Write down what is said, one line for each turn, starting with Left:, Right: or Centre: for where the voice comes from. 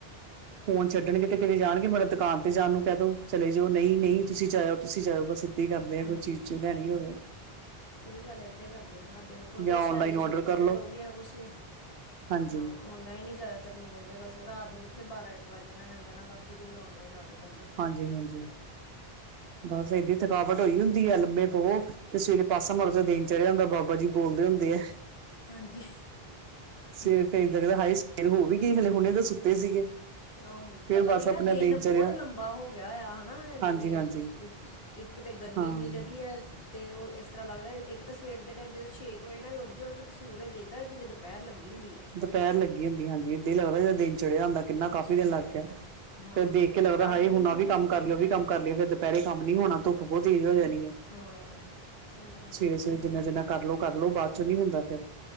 Right: ਫੋਨ ਛੱਡਣਗੇ ਤੇ ਕਿਤੇ ਜਾਣਗੇ ਮੇੜ ਦੁਕਾਨ ਤੇ ਜਾਣ ਨੂੰ ਕਹਿ ਤੌ ਚਲੇ ਜਾਓ ਨਹੀਂ-ਨਹੀਂ,
Left: ਹਾਂਜੀ
Right: ਤੁਸੀਂ ਜਾਹਇਓ ਤੁਸੀਂ ਜਾਹਇਓ ਬਸ ਏਦਾਂ ਹੀ ਕਰਦੇ
Left: ਹਾਂਜੀ
Right: ਆ ਕੋਈ ਚੀਜ਼
Left: ਹਾਂਜੀ
Right: ਚ ਲੈਣੀ ਹੋਵੇ
Left: ਸਹੀ ਗੱਲ ਏਦਾਂ ਕਰਦੇ ਨੇ ਸਾਡੇ ਖੁਦ
Right: ਜਾਂ
Left: ਜੇਹੇ
Right: ਔਨਲਾਈਨ ਔਡਰ
Left: ਛੋਟੇ
Right: ਕਰਲੋ
Left: ਨੇ ਤੇ ਉਹ ਵੀ ਇਹ ਕੁਛ ਹਾਂ।
Right: ਹਾਂਜੀ
Left: ਔਨਲਾਈਨ ਹੀ ਜ਼ਿਆਦਾਤਰ ਮੰਗਵਾਉਂਦੇ ਬਸ ਰਾਤ ਨੂੰ ਜਿੱਥੇ ਬਾਰਾਂ ਇੱਕ ਵੱਜ ਜਾਣਾ ਮਹਿੰਗਾਣਾ ਬਸ ਜੀ ਕੋਈ ਆਨਲਾਈਨ ਔਡਰ ਕਰ ਦਿਉ
Right: ਹਾਂਜੀ-ਹਾਂਜੀ,
Left: ਹਾਂਜੀ
Right: ਬਸ ਏਡੀ ਥਕਾਵਟ ਹੋਈ ਹੁੰਦੀ ਹੈ ਲੰਮੇ ਪੋਹ ਤੇ ਸਵੇਰੇ ਪਾਸਾ ਮਰ ਤੋਂ ਦੇਨ ਚੜ੍ਹਿਆ ਹੁੰਦਾ ਬਾਬਾ ਜੀ ਬੋਲਦੇ ਹੁੰਦੇ ਆ।
Left: ਹਾਂਜੀ ਠੀਕ
Right: ਸਵੇਰੇ ਫੇਰ
Left: ਹੈ
Right: ਲੱਗਦਾ ਹਾਏ ਸਿਰ ਹੋ ਵੀ ਗਈ ਹਲੇ ਹੁਣੇ ਤਾਂ ਸੁੱਤੇ ਸੀਗੇ।
Left: ਆਹੋ
Right: ਫੇਰ
Left: ਪਤਾ
Right: ਬਸ
Left: ਨੀ ਨਾ
Right: ਆਪਣਾ
Left: ਦਿਨ ਬਹੁਤ
Right: ਚੜਿਆ
Left: ਲੰਬਾ ਹੋ ਗਿਆ ਆ ਹੈਣਾ
Right: ਹਾਂਜੀ
Left: ਜਿਵੇਂ
Right: ਹਾਂਜੀ
Left: ਇੱਕ ਤਾਂ ਗਰਮੀ
Right: ਹਾਂ
Left: ਇੰਨੀ ਜ਼ਿਆਦਾ ਹੈ। ਤੇ ਉਹ ਇਸ ਤਰ੍ਹਾਂ ਲੱਗਦਾ ਇੱਕ ਤਾਂ ਸਵੇਰ ਦੇ ਟਾਈਮ ਜਦੋਂ ਛੇ ਕੁ ਵਜੇ ਵੀ ਉੱਠ ਜਾਓ ਉੱਤਾਂ ਸੂਰਜ ਹੈ ਜਿੱਦਾ ਜਿਵੇਂ ਦੁਪਹਿਰ ਲੱਗ ਇੰਡੀਆ।
Right: ਪੈਰ ਲੱਗੀ ਹੁੰਦੀ ਹਾਂਜੀ, ਇੱਦ ਹੀ ਲੱਗਦਾ ਦਿਨ ਚੜਿਆ ਹੁੰਦਾ ਕਿੰਨਾ ਕਾਫ਼ੀ ਦਿਨ
Left: ਹਾਂ
Right: ਲੱਗ ਗਿਆ।
Left: ਹਾਂ
Right: ਫੇਰ ਦੇਖ ਕੇ ਲੱਗਦਾ
Left: ਟਾਈਮ
Right: ਹਾਏ
Left: ਹੀ
Right: ਹੁਣ
Left: ਨਹੀਂ ਬੀਤਿਆ
Right: ਵੀ ਕੰਮ ਕਰ ਲਿਓ
Left: ਜਾਂਦਾ
Right: ਉਹ ਵੀ ਕੰਮ
Left: ਤੇ
Right: ਕਰ ਲਿਓ ਫਿਰ ਦੁਪਹਿਰੇ ਕੰਮ ਨੀ ਹੋਣਾ ਧੁੱਪ ਬਹੁਤ ਤੇਜ਼ ਹੋ ਜਾਣੀ
Left: ਹਾਂ ਸਹੀ ਗੱਲ
Right: ਸਵੇਰੇ-ਸਵੇਰੇ
Left: ਹੈ ਏਦਾਂ ਹੀ ਹੁੰਦਾ
Right: ਜਿੰਨਾ
Left: ਹੈ।
Right: ਜਿੰਨਾ ਕਰਲੋ ਕਰਲਓ ਬਾਅਦ ਚੋਂ ਨੀ ਹੁੰਦਾ ਫੇਰ